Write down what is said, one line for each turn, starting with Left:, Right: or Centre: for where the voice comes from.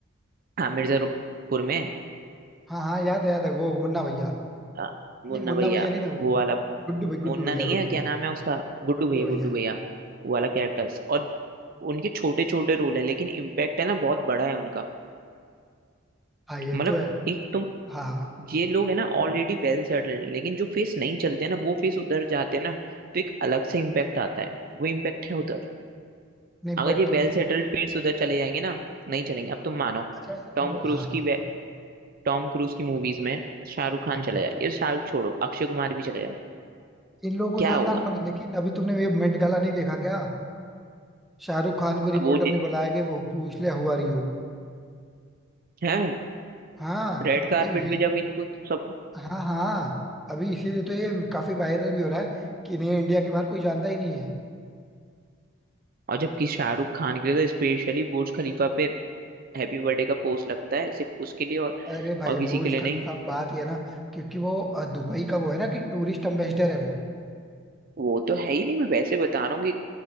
Right: हाँ मिर्जापुर में है,
Centre: हाँ हाँ याद है याद है वो मुन्ना भैया
Right: हाँ, मुन्ना
Centre: नहीं मुन्ना
Right: भैया
Centre: भैया नहीं था वो
Right: वो वाला
Centre: गुड्डू भाई गुड्डू
Right: मुन्ना
Centre: भैया
Right: नहीं
Centre: गुड्डू
Right: है क्या
Centre: भैया
Right: नाम है उसका गुड्डू
Centre: गुड्डू
Right: भैया
Centre: भैया
Right: गुड्डू भैया वो वाला कैरेक्टर्स और उनके छोटे छोटे रोल है लेकिन इम्पैक्ट है ना बहुत बड़ा है उनका
Centre: हाँ ये
Right: मतलब
Centre: तो है
Right: एक तो
Centre: हाँ हाँ
Right: ये लोग है ना ऑलरेडी वेल सेटल्ड लेकिन जो फेस नहीं चलते हैं ना वो फेस उधर जाते हैं ना तो एक अलग से इम्पैक्ट आता है वो इम्पैक्ट है उधर
Centre: नहीं
Right: अगर
Centre: बट
Right: ये
Centre: ये
Right: वेल सेटल्ड
Centre: है ना-
Right: फिर से उधर चले जाएंगे ना नहीं चलेंगे अब तुम मानो
Centre: अच्छा वैसे
Right: टॉम
Centre: तुम
Right: क्रूज
Centre: हाँ
Right: की वे- टॉम क्रूज की मूवीज में शाहरुख खान
Centre: हाँ
Right: चला जाए ये शाहरुख छोड़ो अक्षय कुमार भी चले जाए
Centre: इन लोगों को
Right: क्या
Centre: जानता
Right: होगा
Centre: कौन है लेकिन अभी तुमने ये मेट गाला नहीं देखा क्या शाहरुख खान को
Right: अब
Centre: रिपोर्टर
Right: वो दि-
Centre: ने बुलाया कि वो पूछ लिया हु आर यू
Right: है
Centre: हाँ
Right: रेड कारपेट
Centre: ये भी
Right: पे जब इनको सब
Centre: हाँ हाँ अभी इसीलिए तो ये काफी वायरल भी हो रहा है कि नहीं इंडिया के बाहर कोई जानता ही नहीं है
Right: और जबकि शाहरुख खान के लिए तो स्पेशली बुर्ज खलीफा पे हैप्पी बर्थडे का पोस्ट लगता है सिर्फ उसके लिए और
Centre: अरे भाई
Right: और किसी
Centre: बुर्ज
Right: के लिए
Centre: खलीफा
Right: नहीं
Centre: बात ये है ना क्योंकि वो अ, दुबई का वो है ना कि टूरिस्ट एम्बेसडर है वो
Right: वो तो है ही नहीं मैं वैसे बता रहा हूँ कि